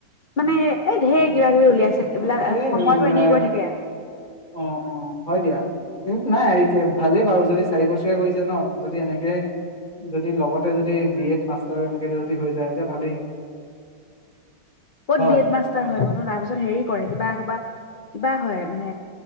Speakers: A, on the left; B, on the left.
A: মানে এই ধেই কিবা কিবি উলিয়াইছে এইবিলাক
B: এই
A: সময়তো এনে গৈ থাকে
B: অ অ হয় দিয়া কিন্তু নাই ভালেই বাৰু যদি চাৰি বছৰীয়া কৰিছে ন যদি এনেকে যদি লগতে যদি বি এড মাষ্টাৰ এনেকে যদি হৈ যায় তেতিয়া ভালেই
A: ক'ত
B: হয়
A: বি এড মাষ্টাৰ হয় কো তাৰপিছত হেৰি কৰে কিবা কিবা হয় মানে